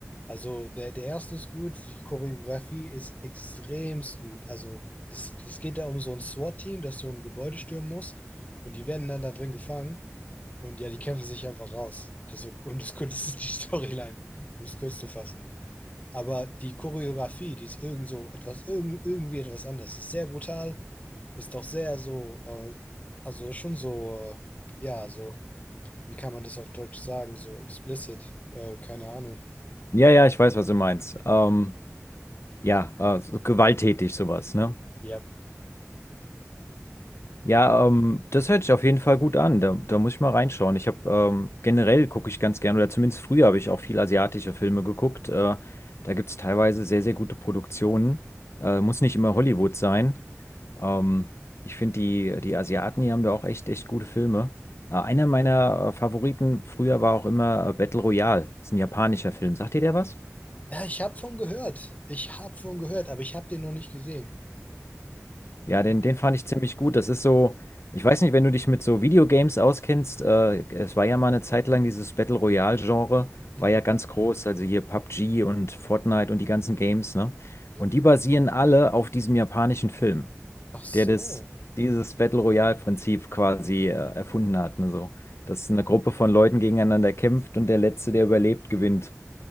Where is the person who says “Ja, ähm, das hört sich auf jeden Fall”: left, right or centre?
Left